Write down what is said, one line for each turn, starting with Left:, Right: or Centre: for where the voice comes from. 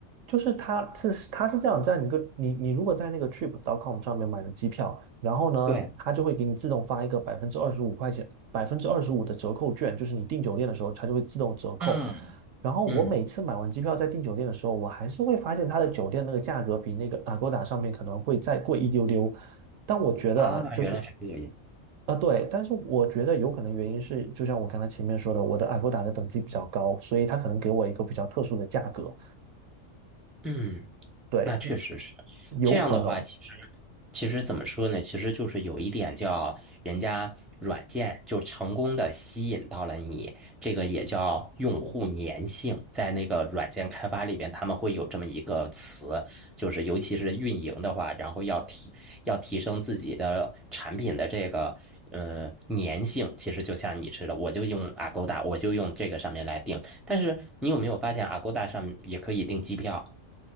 Right: 就是它是它是这样，在你个你你如果在那个 Trip.com 上面买的机票，然后呢，
Centre: 对，
Right: 它就会给你自动发一个百分之二十五块钱、百分之二十五的折扣券，就是你订酒店的时候，它就会自动折扣。
Centre: 嗯
Right: 然后我每次买完机票再订酒店的时候，
Centre: 嗯，
Right: 我还是会发现他的酒店那个价格比那个 a g o d 上面可能会再贵一丢丢。但我觉得啊，
Centre: 啊，
Right: 就是
Centre: 原来是这样。
Right: 啊对，但是我觉得有可能原因是，就像我刚才前面说的，我的 a g o d 的等级比较高，所以他可能给我一个比较特殊的价格。
Centre: 嗯。
Right: 对，
Centre: 那确实是
Right: 有可能
Centre: 这样的话，其实其实怎么说呢？其实就是有一点叫人家软件就成功的吸引到了你，这个也叫用户粘性。在那个软件开发里边，他们会有这么一个词，就是尤其是运营的话，然后要提要提升自己的产品的这个呃粘性。其实就像你似的，我就用 Agoda，我就用这个上面来定。但是你有没有发现，Agoda 上也可以订机票？